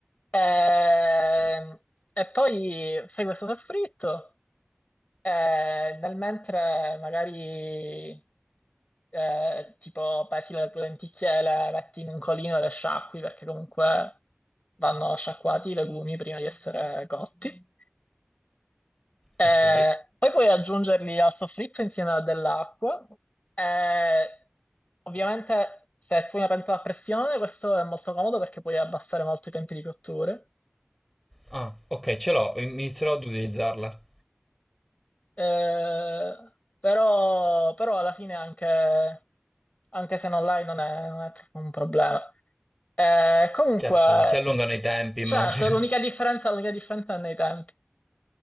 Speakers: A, on the left; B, in the centre.
A: Ehm,
B: Sì.
A: E, poi fai questo soffritto. Eh, nel mentre magari eh, tipo peti le tue lenticchie, le metti in un colino e le sciacqui perché comunque vanno sciacquati i legumi prima di essere cotti. Eh,
B: Ok.
A: poi puoi aggiungerli al soffritto insieme a dell'acqua. Eh, ovviamente se tu hai una pentola a pressione questo è molto comodo perché puoi abbassare molto i tempi di cottura.
B: Ah, ok, ce l'ho, inizierò ad utilizzarla.
A: Eh, però, però alla fine è anche anche se non l'hai non è, non è troppo un problema. Eh, comunque,
B: Certo, si allungano i tempi,
A: certo,
B: immagino.
A: l'unica differenza, l'unica differenza è nei tempi.